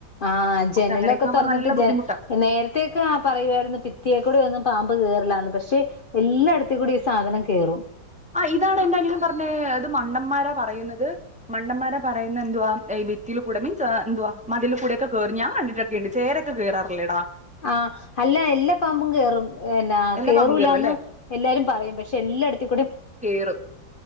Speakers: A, on the left; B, in the centre.
A: ആഹ
B: പക്ഷെ
A: ജനലൊക്കെ
B: അങ്ങനെയൊക്കെ ആവുമ്പോ
A: തുറന്നിട്ട്
B: നല്ല ബുദ്ധിമുട്ടാ
A: ജ നേരത്തോക്കെ ആ പറയുവായിരുന്നു പിത്തിയെക്കൂടെ ഒന്ന് പാമ്പ കേറന്ന് പക്ഷെ എല്ലായിടത്ത കൂടി ഈ സാധനം കേറും
B: ആ ഇതാണ് എന്റെ അനിയനും പറഞ്ഞെ അത് മണ്ടന്മാരെ പറയുന്നത് മണ്ടന്മാരെ പറയുന്ന എന്തുവാ വിത്തിൽ കൂടെ മീൻസ് എന്തുവാ മതിലൽ കൂടൊക്കെ കയറി ഞാൻ കണ്ടിട്ടൊക്കെയുണ്ട് ചേരൊക്കെ കേയറാറില്ലേടാ
A: ആ് അല്ല എല്ലാ പാമ്പും കേറും എന്നാ
B: എല്ലാ
A: കേറൂലന്ന്
B: പാമ്പും കേറും അല്ലേ
A: എല്ലാരും പറയും പക്ഷെ എല്ലാടത്ത
B: കേറും